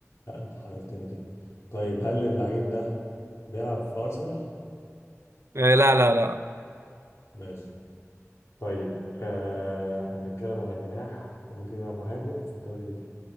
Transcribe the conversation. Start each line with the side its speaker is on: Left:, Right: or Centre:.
Left: لا انت حيرتني كده طيب هل اللعيب ده بيلعب في ارسنال
Right: آه لا لا لا
Left: ماشي طيب آه احنا بنتكلم على جناح وممكن يلعب مهاجم في الدوري ال-